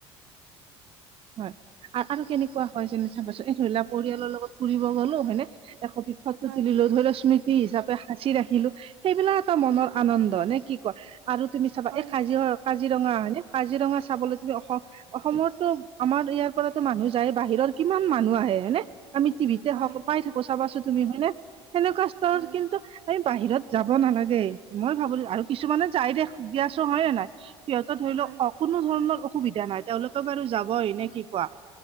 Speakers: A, on the right (about 40°); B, on the right (about 80°).
A: হয় আৰু আৰু কেনেকুৱা হয় যে চাবাচোন এ ধৰি লা পৰিয়ালৰ লগত ফুৰিব গ'লো হয় নে। একপি ফতো
B: হয়
A: তুলিলো ধৰিলোৱা ইশ্মিত। তি হিচাপে সাঁচি ৰাখিলো সেইবিলাক এটা মোনৰ আনন্দ নে কি কয়। আৰু তুমি চাবা
B: হয়
A: এই কাজিৰ কাজিৰঙা হয়নে কাজিৰঙা চাবলৈ তুমি অসম অসমৰ তো। আমাৰ ইয়াৰ পৰাতো মানুহ যায় বাহিৰৰ কিমান মানুহ আহে হয় নে আমি টিভিত। দেখা
B: হয়
A: পাই থাকো চাবাচো তুমি হয়নে সেনেকুৱা। স্তৰত
B: হয়।
A: কিন্তু আমি বাহিৰত যাব নালাগে মই ভাবো আৰু কিছুমানে যাই দে দিয় আছো হয় নে নাই। সিহঁতৰ ধৰি
B: হয়
A: লওক অ কোনো ধৰণৰ অসুবিধা নাই তেওঁলোকে বাৰু যাবয়ে নে কি কোৱা।